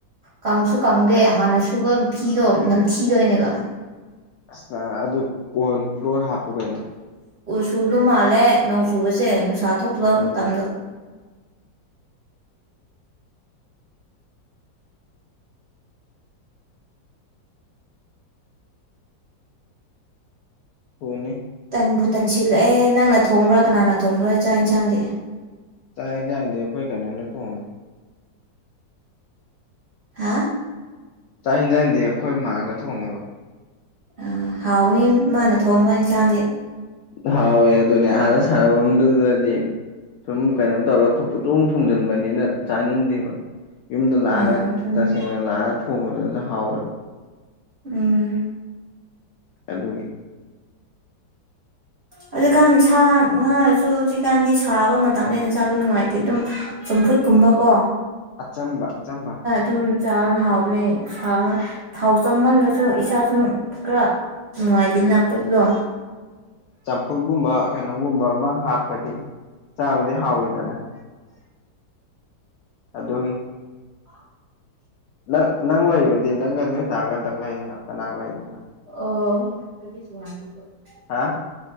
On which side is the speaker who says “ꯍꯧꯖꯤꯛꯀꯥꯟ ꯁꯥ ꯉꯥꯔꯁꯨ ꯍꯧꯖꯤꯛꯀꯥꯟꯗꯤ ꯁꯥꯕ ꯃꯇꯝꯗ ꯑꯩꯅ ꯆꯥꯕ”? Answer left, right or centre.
Right